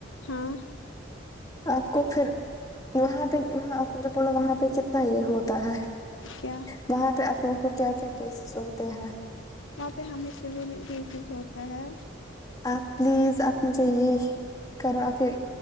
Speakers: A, on the left; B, on the left.
A: ہاں
B: آپ کو پھر وہاں پہ وہاں جو بولا وہاں پہ کتنا یہ ہوتا ہے
A: کیا
B: وہاں پہ آپ لوگوں کو کیا کیا کیسز ہوتے ہیں
A: وہاں پہ ہمیں سول کیسز ہوتا ہے
B: آپ پلیز آپ مجھے یہ کر آکے